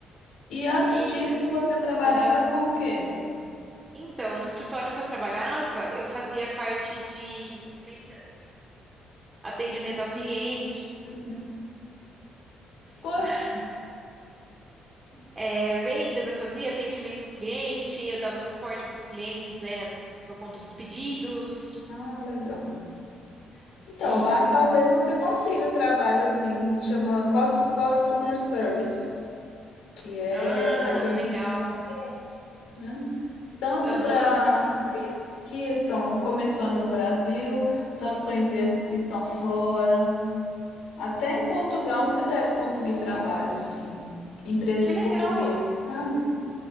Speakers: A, on the left (about 80°); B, on the right (about 25°).
A: E antes
B: E.
A: disso, você trabalhava
B: Aham.
A: com o quê?
B: Então, no escritório que eu trabalhava, eu fazia parte de vendas, atendimento ao cliente.
A: Hum?
B: Desculpa.
A: Pois.
B: é, vendas, eu fazia atendimento ao cliente, eu dava suporte para os clientes, né, por conta dos pedidos.
A: Ah, legal. Então,
B: Isso.
A: lá talvez você consiga trabalho assim, chama cus- Customer Service, que é
B: Ah,
A: atendimento
B: legal.
A: ao cliente, né? tanto
B: Aham.
A: para empresas que estão começando no Brasil, tanto para empresas que estão fora. Até em Portugal você deve conseguir trabalho, sim. Empresas
B: Que legal.
A: portuguesas, sabe?